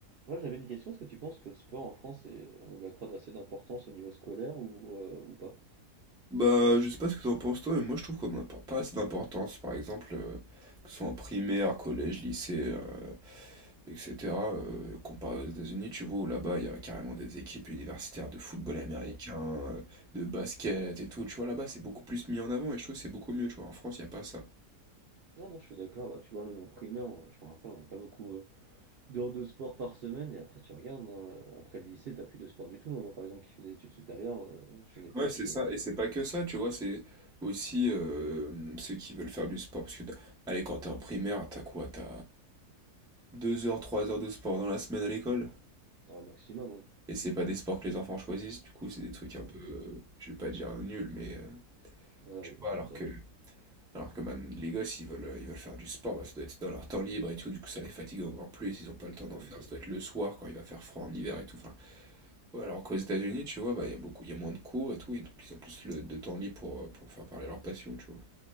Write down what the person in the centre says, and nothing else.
Bah, je sais pas ce que t'en penses toi, mais moi je trouve qu'on n'apporte pas assez d'importance. Par exemple, euh, que ce soit en primaire, collège, lycée, euh, etc. euh, comparé aux États-Unis, tu vois, où là-bas il y a carrément des équipes universitaires de football américain,
euh, de basket et tout. Tu vois, là-bas c'est beaucoup plus mis en avant et je trouve que c'est beaucoup mieux. Tu vois, en France il n'y a pas ça.
Ouais, c'est
ça,
et c'est pas que ça, tu vois, c'est aussi euh, ceux qui veulent faire du sport. Parce que, t'as- allez, quand t'es en primaire, t'as quoi? T'as 2 heures, 3 heures de sport dans la semaine à l'école?
Et c'est pas des sports que les enfants choisissent, du coup, c'est des trucs
un peu, euh, je vais pas dire euh, nuls, mais euh,
tu
vois,
alors
que, alors que man, les gosses, ils veulent, euh, ils veulent faire du sport, bah, ça doit être dans leur temps libre et tout, du coup, ça les fatigue encore plus, ils ont pas le temps
d'en faire, ça doit être le soir quand il va faire froid en hiver et tout. Enfin, ouais, alors qu'aux États-Unis, tu vois, bah, il y a beaucoup, il y a moins de cours et tout, et donc ils ont plus le, de temps libre pour, euh, pour faire parler leur passion, tu vois.